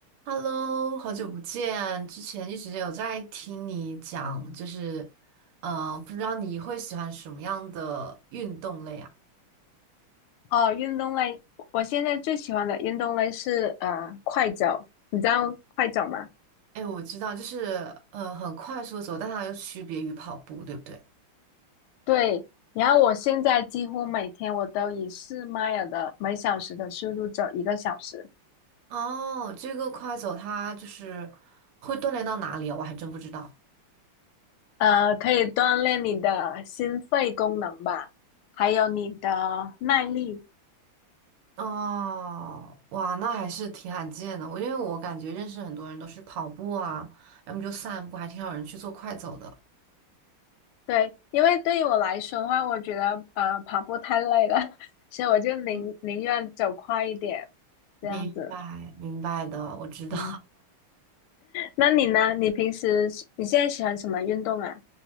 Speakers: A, on the right; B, on the left.
A: Hello，好久不见！之前一直有在听你讲，就是，呃，不知道你会喜欢什么样的运动类啊？
B: 哦，运动类，我现在最喜欢的运动类是呃快走，你知道快走吗？
A: 哎，我知道，就是，呃，很快速的走，但它又区别于跑步，对不对？
B: 对，然后我现在几乎每天我都以四迈尔的每小时的速度走一个小时，
A: 哦，这个快走它就是会锻炼到哪里啊？我还真不知道。
B: 呃，可以锻炼你的心肺功能吧，还有你的耐力。
A: 哦，哇，那还是挺罕见的。我因为我感觉认识很多人都是跑步啊，要么就散步，还挺少人去做快走的。
B: 对，因为对于我来说的话，我觉得呃跑步太累了，<laughs> 所以我就宁宁愿走快一点，
A: 嗯，明白，
B: 这样子，
A: 明白的，我知道。
B: 嗯。那你呢？你平时你现在喜欢什么运动啊？